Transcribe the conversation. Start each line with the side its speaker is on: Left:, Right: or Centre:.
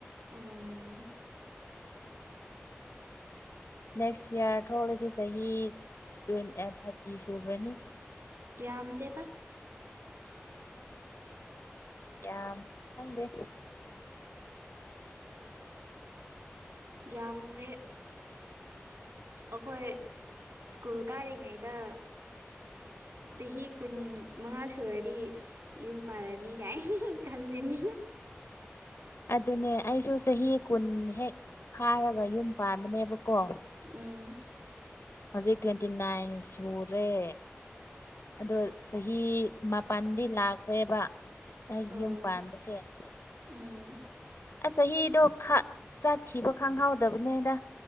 Right: ꯑꯣꯎꯪ
Left: ꯅꯦꯛꯁ ꯏꯌꯥꯔ ꯊꯣꯛꯂꯗꯤ ꯆꯍꯤ ꯇꯣꯢꯟ ꯑꯥ ꯥꯔꯇꯤ ꯁꯨꯈ꯭ꯔꯅꯤ
Right: ꯌꯥꯝꯗꯦꯗ
Left: ꯌꯥꯝ ꯈꯪꯗꯦ
Right: ꯌꯥꯝꯗꯦ ꯑꯈꯣꯏ ꯁ꯭ꯀꯨꯜ ꯀꯥꯔꯤꯉꯩꯗ ꯆꯍꯤ ꯀꯨꯟ ꯃꯉꯥ ꯁꯨꯔꯗꯤ ꯌꯨꯝ ꯄꯥꯜꯂꯅꯤ ꯀꯥꯏ ꯈꯜꯂꯤꯅꯤ
Left: ꯑꯗꯨꯅꯦ ꯑꯩꯁꯨ ꯆꯍꯤ ꯀꯨꯟ ꯍꯦꯛ ꯐꯥꯔꯒ ꯌꯨꯝ ꯄꯥꯟꯕꯅꯦꯕꯀꯣ
Right: ꯎꯪ
Left: ꯍꯧꯖꯤꯛ ꯇ꯭ꯋꯦꯟꯇꯤ ꯅꯥꯏꯟ ꯁꯨꯔꯦ ꯑꯗꯣ ꯆꯍꯤ ꯃꯥꯄꯜꯗꯤ ꯂꯥꯛꯈ꯭ꯔꯦꯕ ꯑꯩꯗꯤ
Right: ꯑꯣ
Left: ꯌꯨꯝ ꯄꯥꯟꯕꯁꯦ ꯑꯥꯁ
Right: ꯎꯝ
Left: ꯆꯍꯤꯗꯣ ꯈꯥ ꯆꯠꯈꯤꯕ ꯈꯪꯍꯧꯗꯕꯅꯦꯗ